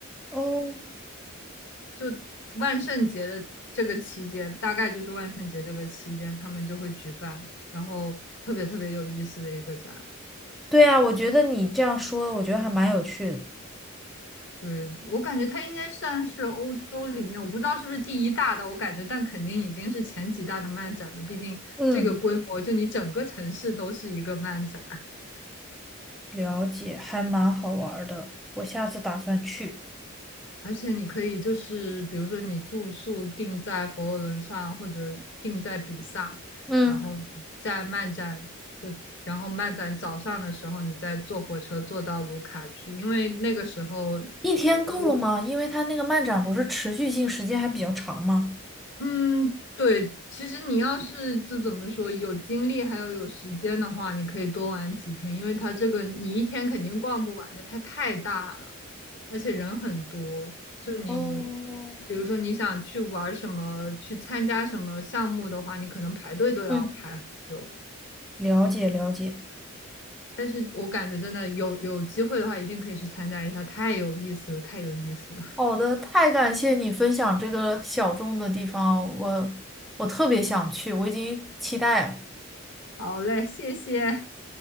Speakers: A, in the centre; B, on the left.
A: 哦，
B: 就万圣节的这个期间，大概就是万圣节这个期间，他们就会举办，然后特别特别有意思的一个展。
A: 对啊，我觉得你这样说，我觉得还蛮有趣的。
B: 对，我感觉它应该算是欧洲里面，我不知道是不是第一大的，我感觉，但肯定已经是前几大的漫展了。毕竟这个规模，
A: 嗯，
B: 就你整个城市都是一个漫展。
A: 了解，还蛮好玩儿的。我下次打算去。
B: 而且你可以就是，比如说你住宿定在佛罗伦萨或者定在比萨，
A: 嗯，
B: 然后在漫展就，然后漫展早上的时候，你再坐火车坐到卢卡去，因为那个时候
A: 一天够了吗？
B: 卢
A: 因为他那个漫展不是持续性时间还比较长吗？
B: 嗯，对，其实你要是就怎么说，有精力还有有时间的话，你可以多玩几天，因为它这个你一天肯定逛不完的，它太大了，而且人很多。就你，
A: 哦，
B: 比如说你想去玩什么，去参加什么项目的话，你可能排队都要排很久。
A: 嗯，了解了解。
B: 但是我感觉真的有有机会的话，一定可以去参加一下，太有意思了，太有意思了。
A: 好的，太感谢你分享这个小众的地方，我我特别想去，我已经期待了。
B: <laughs> 好嘞，谢谢，